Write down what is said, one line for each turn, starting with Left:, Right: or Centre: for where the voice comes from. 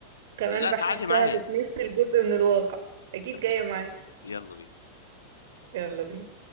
Right: كمان
Left: لا
Right: بحسها
Left: تعالي معايا
Right: بتمثل جزء من الواقع أكيد
Left: ت-
Right: جاية معايا
Left: يلا بينا
Right: يلا بينا